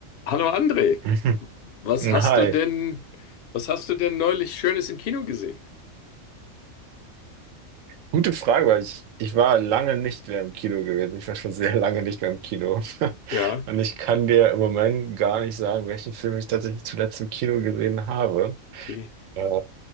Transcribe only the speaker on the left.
Hallo André,
was
hast du denn,
was hast du denn neulich Schönes im Kino gesehen?
Ja,
okay.